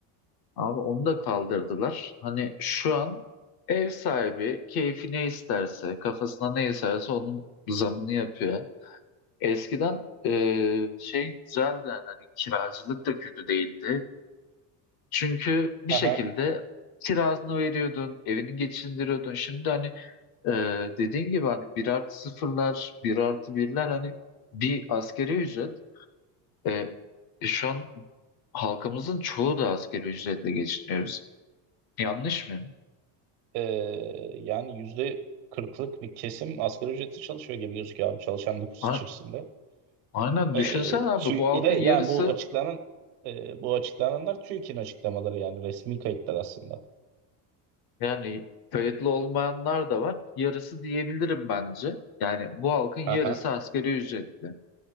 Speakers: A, on the left; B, on the right.
A: Abi onu da kaldırdılar. Hani şu an ev sahibi keyfi ne isterse, kafasına ne isterse onun zamını yapıyor. Eskiden ee, şey güzeldi yani hani kiracılık da kötü değildi. Çünkü bir
B: Aha.
A: şekilde kirasını veriyordun, evini geçindiriyordun. Şimdi hani Ee, dediğin gibi hani bir artı sıfırlar, bir artı birler hani bir askeri ücret. Ee, e, şu an halkımızın çoğu da askeri ücretle geçiniyoruz. Yanlış mı?
B: Ee, yani yüzde kırklık bir kesim asgari ücretli çalışıyor gibi gözüküyor abi çalışan nüfus
A: A-
B: içerisinde.
A: Aynen
B: Ee,
A: düşünsen abi
B: TÜİK-
A: bu halkın
B: bir de yani
A: yarısı
B: bu açıklanan e, bu açıklananlar TÜİK'in açıklamaları yani resmi kayıtlar aslında.
A: yani kayıtlı olmayanlar da var. Yarısı diyebilirim bence. Yani bu halkın yarısı
B: Aha.
A: askeri ücretli.